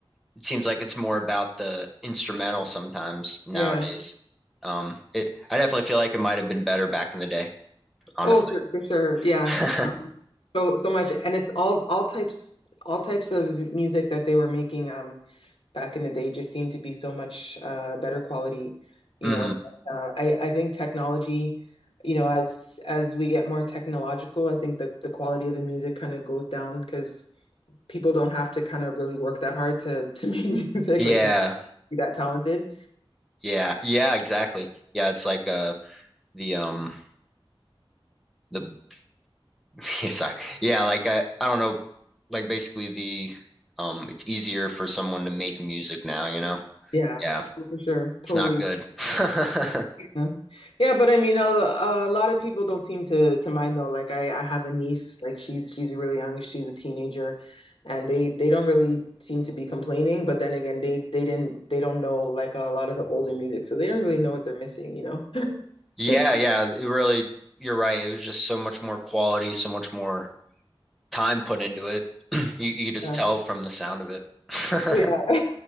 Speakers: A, in the centre; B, on the left.
A: it seems like it's more about the instrumental sometimes nowadays.
B: Yeah.
A: Um, it I definitely feel like it might have been better back in the day, honestly.
B: Oh, for, for sure. Yeah.
A: <laughs>
B: Um, so so much, and it's all all types all types of music that they were making. Um, back in the day just seemed to be so much uh, better quality. You
A: hmm
B: know, uh, I I think technology, you know, as as we get more technological, I think the the quality of the music kind of goes down because people don't have to kind of really work that hard to to make <laughs> music,
A: Yeah.
B: like you know, be that talented.
A: Yeah. Yeah, exactly. Yeah, it's like uh the um the <laughs> Yeah, sorry. Yeah, like I, I don't know, like basically the um it's easier for someone to make music now, you know?
B: Yeah,
A: Yeah,
B: for sure.
A: it's
B: Totally.
A: not good. <laughs>
B: Yeah. Yeah, but I mean, a, a lot of people don't seem to to mind though. Like I I have a niece, like she's she's really young, she's a teenager, and they they don't really seem to be complaining, but then again, they they didn't they don't know like a lot of the older music, so they don't really know what they're missing, you know?
A: Yeah,
B: <laughs>
A: yeah, it really you're right. It was just so much more quality, so much more time put into it. <clears throat> You you could just
B: Yeah.
A: tell from the sound of it. <laughs>
B: Oh yeah.